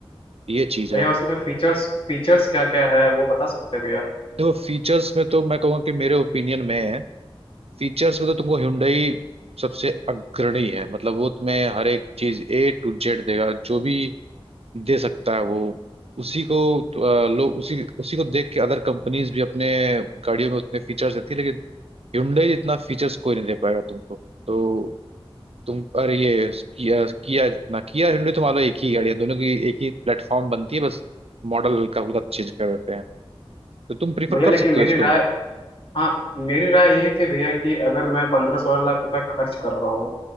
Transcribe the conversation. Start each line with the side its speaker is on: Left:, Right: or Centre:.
Right: ये चीज
Left: भैया
Right: है
Left: उसमें फीचर्स फीचर्स क्या क्या है वो बता सकते हैं भैया
Right: देखो फीचर्स में तो मैं कहूँगा कि मेरे ओपिनियन में है फीचर्स में तो तुमको Hyundai सबसे अग्रणी है मतलब वो तुम्हें हर एक चीज ए टू जेड देगा जो भी दे सकता है वो उसी को तो, अ, लोग उसी उसी को देख के अदर कंपनीज भी अपने गाड़ियों में उतने फीचर्स देती है लेकिन Hyundai जितना फीचर्स कोई नहीं दे पाएगा तुमको तो तुम अरे ये किया किया जितना किया Hyundai तो मान लो एक ही गाड़ी है दोनों की एक ही प्लेटफॉर्म बनती है बस मॉडल हल्का फुल्का चेंज कर देते हैं तो तुम प्रीफर
Left: भैया
Right: कर
Left: लेकिन
Right: सकते
Left: मेरी
Right: हो इसको
Left: राय
Right: भी
Left: हाँ मेरी राय ये थी भैया कि अगर मैं पंद्रह सोलह लाख रुपए खर्च कर रहा हूँ